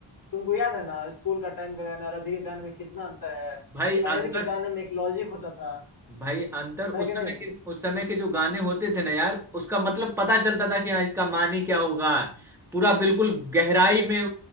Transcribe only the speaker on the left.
तुमको याद है ना स्कूल का टाइम का गाना और अभी के गाने में कितना अंतर है
पहले
के गाने में एक लॉजिक होता था
है
कि
नहीं